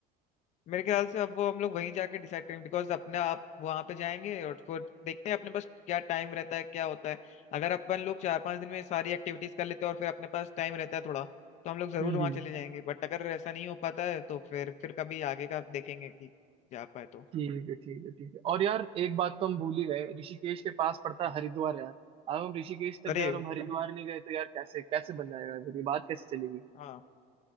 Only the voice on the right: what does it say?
हम्म
हम्म।
ठीक है ठीक है ठीक है और यार एक बात तो हम भूल ही गए ऋषिकेश के पास पड़ता
है हरिद्वार यार अब हम ऋषिकेश तक
गए और हम हरिद्वार नहीं गए तो यार कैसे कैसे बन जाएगा फिर ये बात कैसे चलेगी